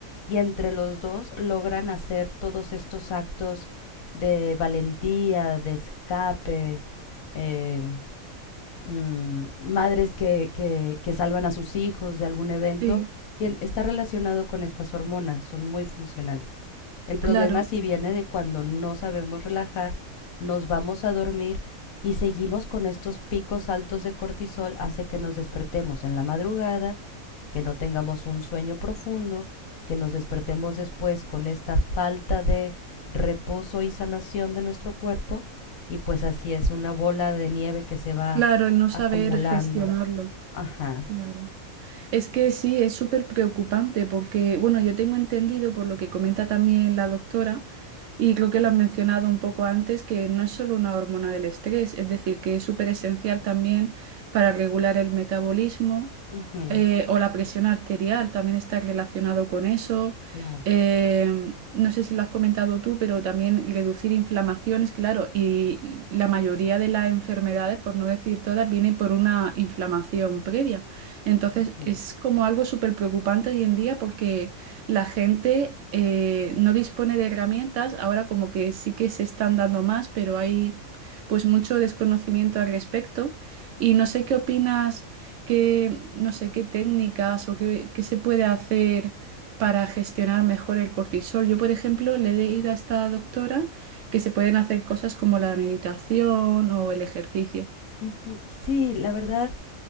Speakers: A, on the left; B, on the right.
A: y entre los dos logran hacer todos estos actos de valentía, de escape, eh, mm, madres que, que, que salvan a sus hijos de algún evento,
B: sí,
A: tien- está relacionado con estas hormonas, son muy funcionales. El problema
B: claro,
A: sí viene de cuando no sabemos relajar, nos vamos a dormir y seguimos con estos picos altos de cortisol, hace que nos despertemos en la madrugada que no tengamos un sueño profundo, que nos despertemos después con esta falta de reposo y sanación de nuestro cuerpo y pues así es una bola de nieve que se va
B: claro, el no saber
A: acumulando.
B: gestionarlo,
A: Ajá.
B: claro. Es que sí, es súper preocupante porque, bueno, yo tengo entendido por lo que comenta también la doctora, y creo que lo has mencionado un poco antes, que no es solo una hormona del estrés, es decir, que es súper esencial también para regular el metabolismo
A: ujú,
B: eh, o la presión arterial, también está relacionado con eso.
A: Claro.
B: Eh, no sé si lo has comentado tú, pero también reducir inflamaciones, claro, y la mayoría de las enfermedades, por no decir todas, viene por una inflamación previa. Entonces
A: ujú,
B: es como algo súper preocupante hoy en día porque la gente eh, no dispone de herramientas, ahora como que sí que se están dando más, pero hay pues mucho desconocimiento al respecto y no sé qué opinas, qué, no sé qué técnicas o qué, qué se puede hacer para gestionar mejor el cortisol. Yo, por ejemplo, le he leído a esta doctora que se pueden hacer cosas como la meditación o el ejercicio.
A: ujú. Sí, la verdad,